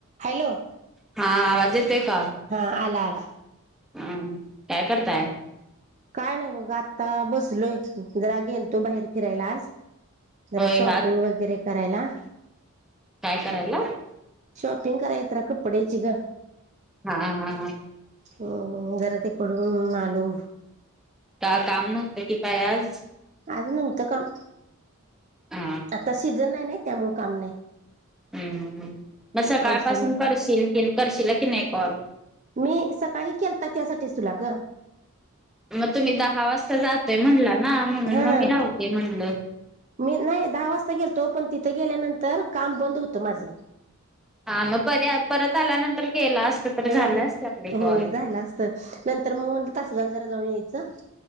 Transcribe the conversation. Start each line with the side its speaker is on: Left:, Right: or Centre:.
Right: Hello!
Centre: हा आवाज येतोय का?
Right: हा आला आला
Centre: ह् काय करताय?
Right: काय नाही बघ आता बसलोय, जरा गेलतो बाहेर फिरायला आज. जरा
Centre: होय
Right: शॉपिंग
Centre: आज
Right: वगैरे करायला.
Centre: काय करायला?
Right: शॉपिंग करायला जरा कपड्यांची गं.
Centre: हा हा हा
Right: हम् जरा तिकडून आलो.
Centre: का काम नव्हतं की काय आज?
Right: आज नव्हतं काम.
Centre: हा
Right: आता सीझन नाही नाही त्यामुळे काम नाही.
Centre: हम्म्, मग सकाळपासून
Right: पावसामुळे
Centre: करशील क करशील की नाही कॉल?
Right: मी सकाळी केलता त्यासाठीचं तुला गं.
Centre: मग तुम्ही दहा वाजता जातोय म्हणला ना, म्हणून
Right: हा
Centre: मग मी राहुदे म्हणलं.
Right: मी नाही दहा वाजता गेलतो पणं तिथं गेल्यानंतर काम बंद होतं माझं.
Centre: हा मग पर परत आल्यानंतर केला असत तर
Right: अं
Centre: झालं असत आपले
Right: होय
Centre: कॉल.
Right: झालं असतं, नंतर मगं म्हणलं तासगावला जरा जाऊन यायचं.